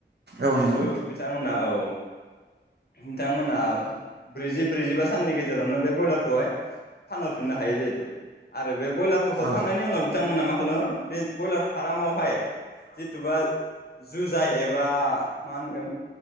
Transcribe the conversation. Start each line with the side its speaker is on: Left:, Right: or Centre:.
Left: जिहेथु
Right: औ नंगौ
Left: बिथांमोना औ। नोंथांमोना ब्रैजि ब्रैजिबा साननि गेजेरावनो बे ब्रयलारखौहाय फानहरफिननो हायो जिहेतु आरो बे ब्रयलारखौ हरखांनायनि
Right: औ
Left: उनाव बिथांमोना मा खालाम बे ब्रयलार फार्ममावहाय जिथुबा जुजाइ एबा मा होनगोन